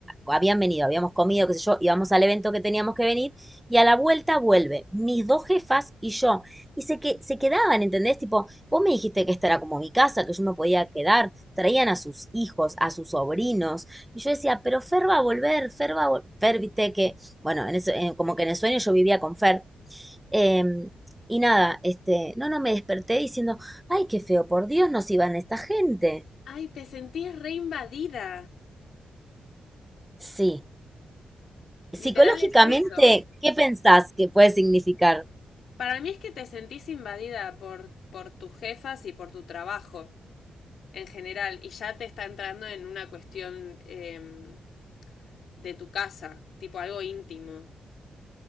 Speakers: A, in the centre; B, on the left.
A: habían venido, habíamos comido, qué sé yo, íbamos al evento que teníamos que venir y a la vuelta vuelve mis dos jefas y yo. Y se, que, se quedaban, ¿entendés? Tipo, Vos me dijiste que esta era como mi casa, que yo me podía quedar. Traían a sus hijos, a sus sobrinos. Y yo decía, pero Fer va a volver, Fer va a volver. Fer, viste que, bueno,
B: Sí.
A: en eso- eh, como que en el sueño yo vivía con Fer. Em, y nada, este, no, no, me desperté diciendo, ay, qué feo, por Dios, nos iban esta gente.
B: Ay, te sentís reinvadida,
A: Sí. Psicológicamente,
B: Literal es eso.
A: ¿qué pensás que puede significar?
B: Para mí es que te sentís invadida por, por tus jefas y por tu trabajo en general, y ya te está entrando en una cuestión em, de tu casa, tipo algo íntimo.